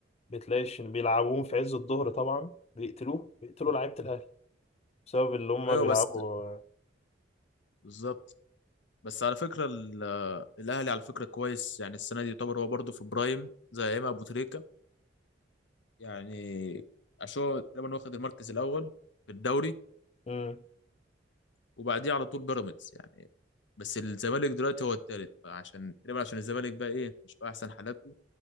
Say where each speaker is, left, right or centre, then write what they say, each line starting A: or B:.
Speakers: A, on the left; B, on the left.
A: بتلاقيش إن بيلعبوهم في عز الظهر طبعا بيقتلوه بيقتلوا لعيبة الاهلي بسبب اللي هم
B: ايوه
A: بيلعبوا
B: بس بالظبط بس على فكره ال- الاهلي على فكره كويس يعني السنه دي يعتبر هو برضه في برايم زي امام ابو تريكه يعني عشان هو تقريبا واخد المركز الاول في الدوري
A: امم
B: وبعديه على طول بيراميدز يعني بس الزمالك دلوقتي هو الثالث فعشان تقريبا عشان الزمالك بقى ايه مش في احسن حالاته